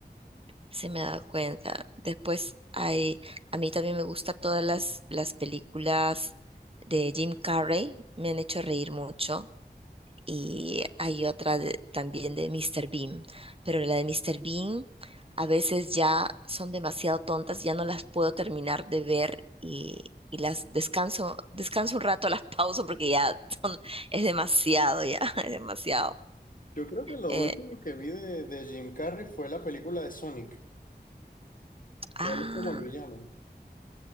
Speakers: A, on the right; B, on the left.
A: sí me he dado cuenta. Después hay, a mí también me gustan todas las, las películas de Jim Carrey, me han hecho reír mucho. Y hay otra de- también de Mr. Bean, pero la de Mr. Bean a veces ya son demasiado tontas, ya no las puedo terminar de ver y, y las descanso, descanso un rato, <laughs> las pauso porque ya son, es demasiado, ya, <laughs> es demasiado.
B: Yo creo que lo
A: Eh,
B: último que vi de, de Jim Carrey fue la película de Sonic, que
A: ah.
B: él es como el villano.